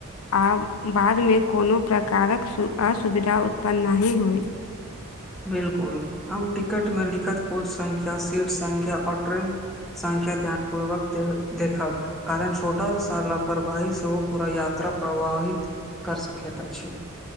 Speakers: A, on the left; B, in the centre.
A: आब बादमे कोनो प्रकारक असुविधा उत्पन्न नहि होइ
B: बिलकुल हम टिकट मे लिखत कोच संख्या सीट संख्या आर ट्रेन संख्या ध्यानपूर्वक देख देखब कारण छोटा सा लापरवाही सेहो पूरा यात्रा प्रवाहित कर सकैत अछि